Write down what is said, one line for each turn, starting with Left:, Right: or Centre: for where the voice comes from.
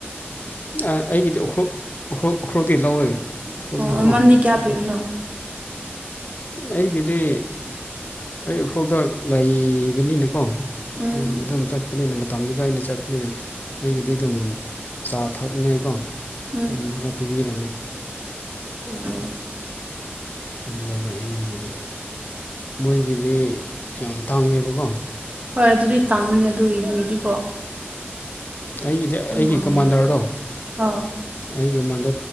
Left: ꯑꯩꯒꯤꯗꯤ ꯎꯈ꯭ꯔꯨꯈꯜ ꯎꯈ꯭ꯔꯨꯜꯗꯤ ꯂꯧꯋꯦ ꯎꯈ꯭ꯔꯣꯜꯗꯒꯤꯀꯣ
Right: ꯑꯣ ꯃꯃꯟꯗꯤ ꯀꯌꯥ
Left: ꯎꯈ꯭ꯔꯨꯜ
Right: ꯄꯤꯕꯅꯣ
Left: ꯑꯩꯒꯤꯗꯤ ꯑꯩ ꯎꯈ꯭ꯔꯨꯜꯗ ꯂꯩꯕꯅꯤꯅꯀꯣ
Right: ꯎꯝ
Left: ꯑꯗꯨꯝ ꯑꯗꯨꯝ ꯆꯠꯄꯅꯤꯅ ꯃꯇꯝꯗꯨꯗ ꯑꯩꯅ ꯆꯠꯄꯅꯤꯅ ꯑꯩꯒꯤꯗꯤ ꯑꯗꯨꯝ ꯆꯥ ꯊꯛꯅꯤꯡꯉꯥꯏꯀꯣ
Right: ꯎꯝ
Left: ꯑꯗꯨꯝ ꯈꯔ ꯄꯤꯕꯤꯔꯝꯃꯦ
Right: ꯑꯣ
Left: ꯑꯗꯨꯝ ꯂꯧꯔꯛꯑꯦ ꯑꯩꯒꯤꯗꯤ ꯃꯣꯏꯒꯤꯗꯤ ꯌꯥꯝ ꯇꯥꯡꯉꯦꯕꯀꯣ
Right: ꯍꯣꯏ ꯑꯗꯨꯗꯤ ꯇꯥꯡꯕꯅꯦ ꯑꯗꯨꯏꯒꯤꯗꯤꯀꯣ
Left: ꯑꯩꯒꯤꯗꯤ ꯑꯩꯒꯤ
Right: ꯍꯥꯡꯕꯅꯤꯗ
Left: ꯀꯃꯥꯟꯗꯔꯗꯣ
Right: ꯑꯥ
Left: ꯑꯩꯒꯤ ꯃꯥꯟꯗ